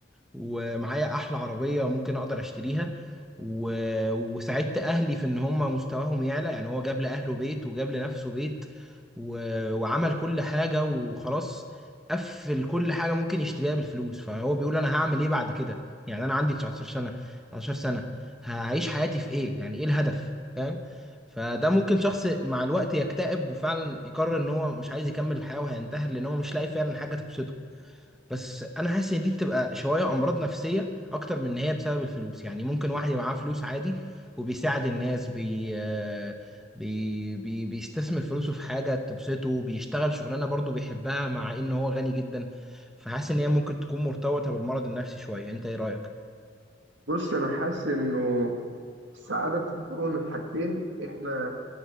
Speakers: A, in the centre; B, on the right.
A: ومعايا احلى عربية ممكن اقدر اشتريها و... وساعدت اهلي في ان هم مستواهم يعلى يعني هو جاب لاهله بيت وجاب لنفسه بيت و... وعمل كل حاجة وخلاص قفل كل حاجة ممكن يشتريها بالفلوس فهو بيقول انا هعمل ايه بعد كده يعني انا عندي 19 سنة 19 سنة هعيش حياتي في ايه يعني ايه الهدف فاهم فده ممكن شخص مع الوقت يكتئب وفعلا يقرر ان هو مش عايز يكمل الحياة وهينتحر لان هو مش لاقي فعلا حاجة تبسطه بس انا حاسس ان دي بتبقى شويه امراض نفسيه اكتر من ان هي بسبب الفلوس يعني ممكن واحد يبقى معاه فلوس عادي وبيساعد الناس بي بي بي بيستثمر فلوسه في حاجه تبسطه بيشتغل شغلانه برضه بيحبها مع ان هو غني جدا فحاسس ان هي ممكن تكون مرتبطه بالمرض النفسي شويه انت ايه رايك
B: بص أنا حاسس إنه السعادة بتتكون من حاجتين إحنا